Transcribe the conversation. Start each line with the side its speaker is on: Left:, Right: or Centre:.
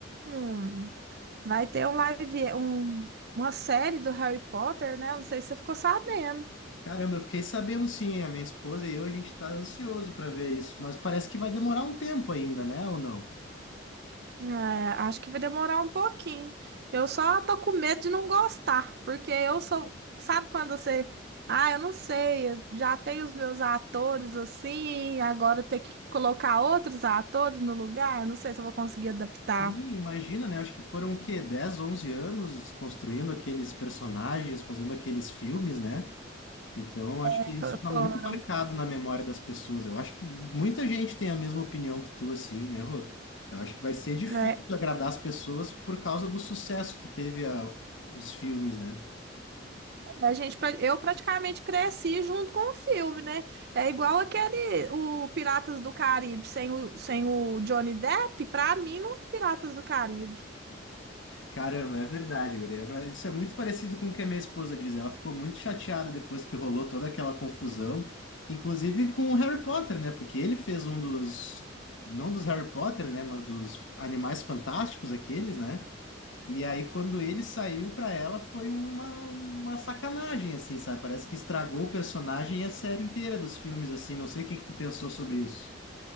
Right: um, vai ter um live, um, uma série do Harry Potter, né? Não sei se você ficou sabendo.
Left: Caramba, eu fiquei sabendo sim, a minha esposa e eu, a gente tá ansioso para ver isso, mas parece que vai demorar um tempo ainda, né, ou não?
Right: É, acho que vai demorar um pouquinho. Eu só tô com medo de não gostar, porque eu sou. Sabe quando você. Ah, eu não sei, eu já tenho os meus atores assim, agora ter que colocar outros atores no lugar, não sei se eu vou conseguir adaptar.
Left: Sim, imagina, né? Acho que foram o quê? 10, 11 anos construindo aqueles personagens, fazendo aqueles filmes, né? Então, acho que
Right: É, fo-
Left: isso tá
Right: Foram.
Left: muito marcado na memória das pessoas. Eu acho que muita gente tem a mesma opinião que tu, assim, né, Rô? Eu acho que vai ser difícil
Right: É,
Left: agradar as pessoas por causa do sucesso que teve a- os filmes, né?
Right: a gente, pra- eu praticamente cresci junto com o filme, né? É igual aquele, o Piratas do Caribe, sem o, sem o Johnny Depp, pra mim não é Piratas do Caribe.
Left: Caramba, é verdade, guria. É, Mas Isso é muito parecido com o que a minha esposa diz. Ela ficou muito chateada depois que rolou toda aquela confusão, inclusive com o Harry Potter, né? Porque ele fez um dos, não dos Harry Potter, né? Mas dos Animais Fantásticos, aqueles, né? E aí, quando ele saiu pra ela, foi uma, uma sacanagem, assim, sabe? Parece que estragou o personagem e a série inteira dos filmes, assim. Não sei o que que tu pensou sobre isso.